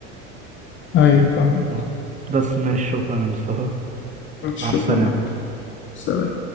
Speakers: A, on the left; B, on the right.
A: أيوه فاهم
B: اه بس ماشي شكرا يا مصطفى
A: شكرا
B: مع السلامه
A: لك سلام